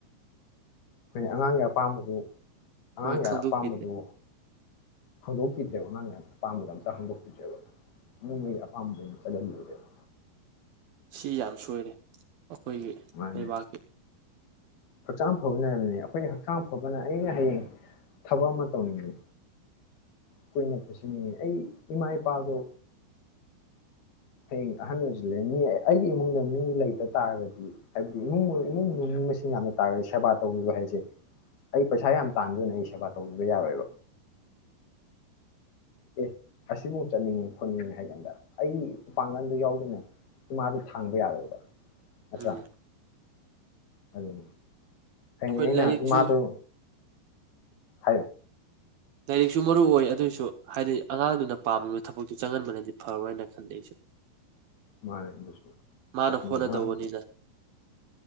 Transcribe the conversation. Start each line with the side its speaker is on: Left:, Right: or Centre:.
Left: ꯑꯩꯈꯣꯏ ꯑꯉꯥꯡꯒꯤ ꯑꯄꯥꯝꯕꯗꯨ ꯑꯉꯥꯡꯒꯤ
Right: ꯍꯣꯏ ꯈꯪꯗꯣꯛꯄꯤꯗꯦ
Left: ꯑꯄꯥꯝꯕꯗꯨ ꯍꯥꯡꯗꯣꯛꯄꯤꯗ꯭ꯔꯦꯕ ꯑꯉꯥꯡ ꯑꯄꯥꯝꯕꯗ ꯑꯝꯇ ꯍꯥꯡꯗꯣꯛꯄꯤꯗ꯭ꯔꯦꯕ ꯑꯗꯨꯝ ꯃꯣꯏꯒꯤ ꯑꯄꯥꯝꯕꯗ ꯑꯣꯏꯅ ꯆꯜꯍꯜꯂꯨꯔꯦꯕ
Right: ꯁꯤ ꯌꯥꯝ ꯁꯣꯏꯔꯦ ꯑꯩꯈꯣꯏꯒꯤ
Left: ꯃꯥꯅꯦ
Right: ꯂꯩꯕꯥꯛꯀꯤ
Left: ꯍꯛꯆꯥꯡ ꯐꯕꯅꯅꯦ ꯑꯩꯈꯣꯏ ꯍꯛꯆꯥꯡ ꯐꯕꯅ ꯑꯩꯅ ꯍꯌꯦꯡ ꯊꯕꯛ ꯑꯃ ꯇꯧꯅꯤꯡꯉꯦ꯫ ꯀꯨꯏꯅ ꯄꯨꯁꯤꯟꯅꯤꯡꯉꯤ ꯑꯩ ꯏꯃꯥ ꯏꯄꯥꯗꯣ ꯍꯌꯦꯡ ꯑꯍꯟ ꯑꯣꯏꯁꯤꯜꯂ ꯃꯤ ꯑꯩꯒꯤ ꯏꯃꯨꯡꯗ ꯃꯤ ꯂꯩꯇ ꯇꯥꯔꯒꯗꯤ ꯍꯥꯏꯕꯗꯤ ꯏꯃꯨꯡ ꯏꯃꯨꯡ ꯃꯤ ꯃꯁꯤꯡ ꯌꯥꯝꯅ ꯇꯥꯔꯒꯗꯤ ꯁꯦꯕꯥ ꯇꯧꯕꯤꯕ ꯍꯥꯏꯁꯦ ꯑꯩ ꯄꯩꯁꯥ ꯌꯥꯝ ꯇꯥꯟꯕꯗꯨꯅ ꯑꯩ ꯁꯦꯕꯥ ꯇꯧꯕꯤꯕ ꯌꯥꯔꯣꯏꯕ꯫ ꯑꯦ ꯑꯁꯤꯐꯧ ꯆꯠꯅꯤꯡꯉꯦ ꯈꯣꯠꯅꯤꯡꯉꯦ ꯍꯥꯏ ꯀꯥꯟꯗ ꯑꯩꯒꯤ ꯏꯄꯥꯡꯒꯜꯗꯨ ꯌꯥꯎꯗꯅ ꯏꯃꯥꯗꯨ ꯊꯥꯡꯕ ꯌꯥꯔꯣꯏꯕ꯫ ꯅꯠꯇ꯭ꯔ
Right: ꯎꯝ
Left: ꯑꯗꯨꯗꯗꯤ ꯍꯩ
Right: ꯍꯣꯏ
Left: ꯑꯩꯅ
Right: ꯂꯥꯏꯔꯤꯛꯁꯨ
Left: ꯏꯃꯥꯗꯨ ꯍꯥꯏꯌꯨ
Right: ꯂꯥꯏꯔꯤꯛꯁꯨ ꯃꯔꯨ ꯑꯣꯏ ꯑꯗꯨꯑꯣꯏꯁꯨ ꯍꯥꯏꯗꯤ ꯑꯉꯥꯡꯗꯨꯅ ꯄꯥꯝꯃꯤꯕ ꯊꯕꯛꯇ ꯆꯪꯍꯟꯕꯅꯗꯤ ꯐꯔꯣꯏꯅ ꯈꯟꯜꯂꯤꯦ ꯑꯩꯁꯨ
Left: ꯃꯥꯅꯦꯁꯨꯁꯨ
Right: ꯃꯥꯅ
Left: ꯎꯝ
Right: ꯍꯣꯠꯅꯗꯧꯕꯅꯤꯅ
Left: ꯍ